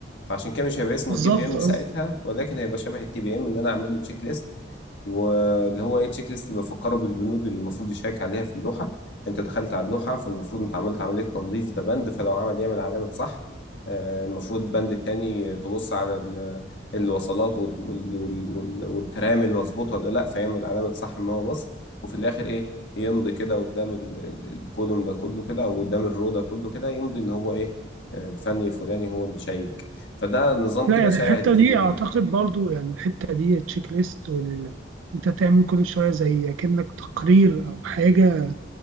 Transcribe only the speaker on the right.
بالظبط
آه.
لا
يعني
الحته
دي
اعتقد
برضو يعني الحته دي التشيك ليست وال انت تعمل كل شويه زي كأنك تقرير او حاجه